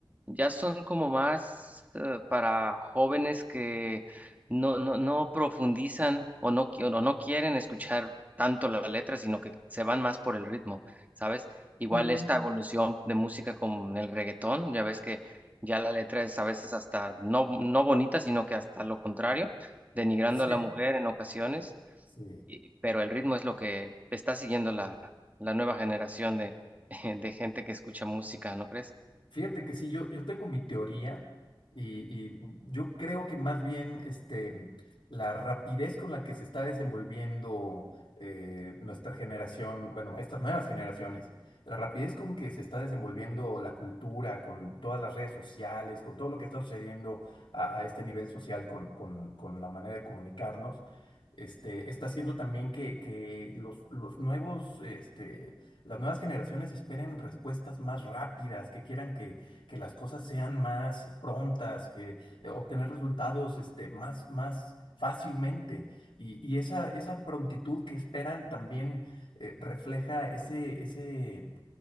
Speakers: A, on the right; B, on the left.
A: ya son como más eh, para jóvenes que no, no, no profundizan o no, qui- o no quieren escuchar tanto la letra, sino que se van más por el ritmo, ¿sabes? Igual
B: Mm.
A: esta evolución de música con el reggaetón, ya ves que ya la letra es a veces hasta no, no bonita, sino que hasta lo contrario, denigrando
B: Sí,
A: a la mujer en ocasiones,
B: sí.
A: y- pero el ritmo es lo que está siguiendo la, la nueva generación de, <laughs> de gente que escucha música, ¿no crees?
B: Fíjate que sí, yo, yo tengo mi teoría y, y yo creo que más bien este, la rapidez con la que se está desenvolviendo eh, nuestra generación, bueno, estas nuevas generaciones, la rapidez con que se está desenvolviendo la cultura, con todas las redes sociales, con todo lo que está sucediendo a, a este nivel social, con, con- con la manera de comunicarnos, este, está haciendo también que, que los, los nuevos, este, las nuevas generaciones esperen respuestas más rápidas, que quieran que, que las cosas sean más prontas, que eh, obtener resultados este, más, más fácilmente. Y, y esa, esa prontitud que esperan también eh, refleja ese, ese